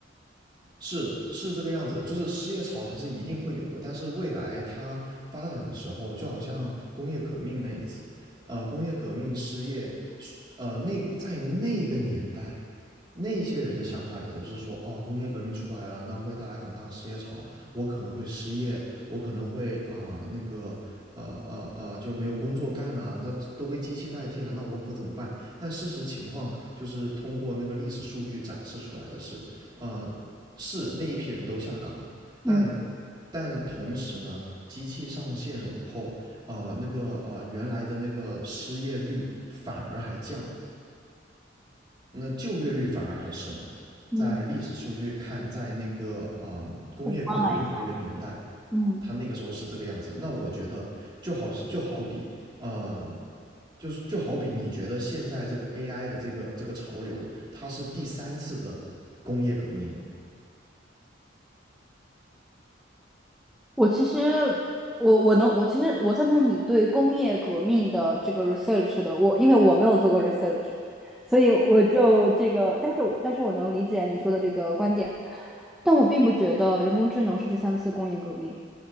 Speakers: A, on the right (about 25°); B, in the centre.
A: 是是这个样子，就是失业潮它是一定会有的，但是未来它发展的时候，就好像工业革命那一次，呃，工业革命失业，呃，那在那个年代，那些人的想法也都是说，哦，工业革命出来了，那会带来很大的失业潮，我可能会失业，我可能会啊、呃那个。呃呃呃，就没有工作干了，那都被机器代替了，那我可怎么办？但事实情况就是通过那个历史数据展示出来的是，呃，是那一批人都下岗了，但
B: 嗯
A: 但同时呢，机器上线了以后，呃，那个呃原来的那个失业率反而还降了，那就业率反而还升了。
B: 嗯，
A: 在历史数据看，在那个嗯工业革命的那个年代，
B: 宏观来讲，嗯，
A: 它那个时候是这个样子。那我觉得就好就好比呃。就是就好比你觉得现在这个 AI 的这个这个潮流，它是第三次的工业革命嘛？
B: 我其实我我能我其实我赞同你对工业革命的这个 research 的，我因为我没有做过 research，所以我就这个，但是我但是我能理解你说的这个观点，但我并不觉得人工智能是第三次工业革命。